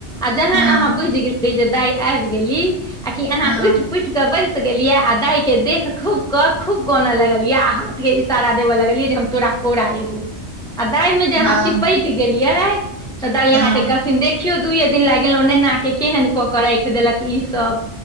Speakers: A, in the centre; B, on the right.
A: आ जहाँ
B: हँ
A: अहाँ बुझि गेलिय जे दाय आबि गेली आी अहाँ
B: हँ हँ
A: उठि पुठ कऽ बैस गेलियै आ दाहि के देख खूब क खूब कन लगलियै आ हाथ के इशारा देबे लगलियै जे हम तोरा कोरा एबो आ तय में जे अहाँ
B: हँ
A: चिपक गेलियै तऽ दाइ
B: हँ
A: अहाँके कहथिन देखियौ दुइऐ दिन ला गेलो नेना के केहन कऽ के राखि देलक ई सब